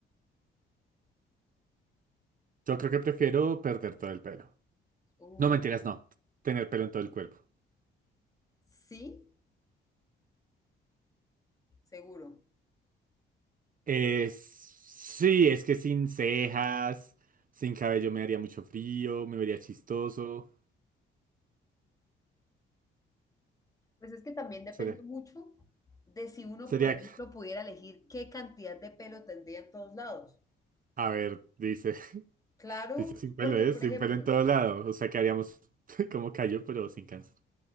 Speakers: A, on the right; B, on the left.
A: Yo creo que prefiero perder todo el pelo.
B: Uh,
A: No mentiras, no. Tener pelo en todo el cuerpo.
B: sí, seguro.
A: Eh, sí, es que sin cejas, sin cabello me haría mucho frío, me vería chistoso.
B: Pues es que también depende
A: Sería,
B: mucho de si uno,
A: sería,
B: por ejemplo, pudiera elegir qué cantidad de pelo tendría en todos lados.
A: a ver, dice, <laughs>
B: Claro,
A: dice sin pelo,
B: porque,
A: ¿eh?
B: por
A: Sin
B: ejemplo,
A: pelo en todo lado. O sea, que haríamos <laughs> como callo, pero sin cáncer.